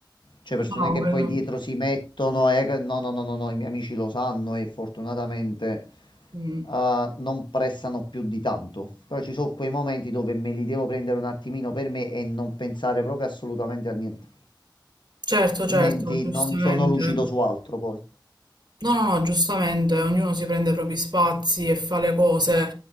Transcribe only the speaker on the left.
Cioè persone
che
poi dietro si mettono e... No, no, no, no, no, i miei amici lo sanno e fortunatamente
eh, non prestano più di tanto. Però ci sono quei momenti dove me li devo prendere un attimino per me e non pensare proprio assolutamente a niente.
Altrimenti
non sono lucido su altro poi.